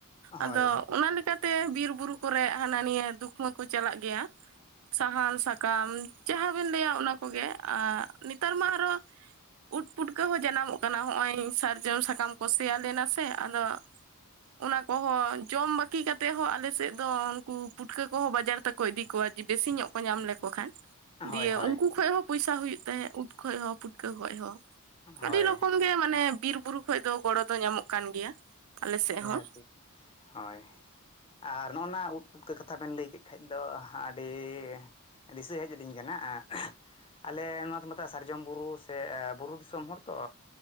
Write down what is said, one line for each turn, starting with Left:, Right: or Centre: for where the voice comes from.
Left: ᱦᱳᱭ
Right: ᱟᱫᱚ ᱚᱱᱟ ᱞᱮᱠᱟᱛᱮ ᱵᱤᱨ ᱵᱩᱨᱩ ᱠᱚᱨᱮ ᱦᱟᱱᱟ ᱱᱤᱭᱟᱹ ᱫᱩᱠ ᱦᱚᱸᱠᱚ ᱪᱟᱞᱟᱜ ᱜᱮᱭᱟ, ᱥᱟᱦᱟᱱ ᱥᱟᱠᱟᱢ ᱡᱟᱦᱟᱸ ᱵᱤᱱ ᱞᱟᱹᱭᱟ ᱚᱱᱟ ᱠᱚᱜᱮ, ᱟᱨ ᱱᱮᱛᱟᱨ ᱢᱟ ᱟᱨᱚ ᱩᱫᱽ ᱯᱩᱴᱠᱟᱹ ᱦᱚᱸ ᱡᱟᱱᱟᱢᱚᱜ ᱠᱟᱱᱟ ᱦᱚᱸᱜᱼᱚᱭ ᱥᱟᱨᱡᱚᱢ ᱥᱟᱠᱟᱢ ᱠᱚ ᱥᱮᱭᱟ ᱞᱮᱱᱟ ᱥᱮ ᱟᱫᱚ ᱚᱱᱟ ᱠᱚᱦᱚᱸ ᱡᱚᱢ ᱵᱟᱹᱠᱤ ᱠᱟᱛᱮᱫ ᱦᱚᱸ ᱟᱞᱮ ᱥᱮᱫ ᱫᱚ ᱩᱱᱠᱩ ᱯᱩᱴᱠᱟᱹ ᱠᱚᱦᱚᱸ ᱵᱟᱡᱟᱨ ᱛᱮᱠᱚ ᱤᱫᱤ ᱠᱚᱣᱟ ᱡᱮ ᱵᱮᱥᱤ ᱧᱚᱜ ᱠᱚ ᱧᱟᱢ ᱞᱮᱠᱚ ᱠᱷᱟᱱ᱾
Left: ᱦᱳᱭ
Right: ᱫᱤᱭᱮ
Left: ᱦᱳᱭ
Right: ᱩᱱᱠᱩ ᱠᱷᱚᱡ ᱦᱚᱸ ᱯᱚᱭᱥᱟ ᱦᱩᱭᱩᱜ ᱛᱟᱦᱮᱸᱫ ᱩᱫᱽ ᱠᱷᱚᱡ ᱦᱚᱸ ᱯᱩᱴᱠᱟᱹ ᱠᱷᱚᱡ ᱦᱚᱸ᱾
Left: ᱦᱳᱭ
Right: ᱟᱹᱰᱤ ᱨᱚᱠᱚᱢ ᱜᱮ ᱢᱟᱱᱮ ᱵᱤᱨ ᱵᱩᱨᱩ ᱠᱷᱚᱡ ᱫᱚ ᱜᱚᱲᱚ ᱫᱚ ᱧᱟᱢᱚᱜ ᱠᱟᱱ ᱜᱮᱭᱟ᱾ ᱟᱞᱮ ᱥᱮᱫ
Left: ᱱᱤᱦᱟᱹᱛᱤ,
Right: ᱦᱚᱸ
Left: ᱦᱳᱭ᱾ ᱟᱨ ᱱᱚᱜᱼᱚ ᱱᱟ ᱩᱫᱽ ᱯᱩᱴᱠᱟᱹ ᱠᱟᱛᱷᱟ ᱵᱮᱱ ᱞᱟᱹᱭ ᱠᱮᱫ ᱠᱷᱟᱡ ᱫᱚ ᱟᱹᱰᱤ ᱫᱤᱥᱟᱹ ᱦᱮᱡ ᱟᱹᱞᱤᱧ ᱠᱟᱱᱟ ᱮᱸ ᱟᱞᱮ ᱱᱚᱣᱟ ᱛᱚ ᱢᱮᱛᱟᱜᱼᱟ ᱥᱟᱨᱡᱚᱢ ᱵᱩᱨᱩ ᱥᱮ ᱵᱩᱨᱩ ᱫᱤᱥᱚᱢ ᱦᱚᱲ ᱛᱚ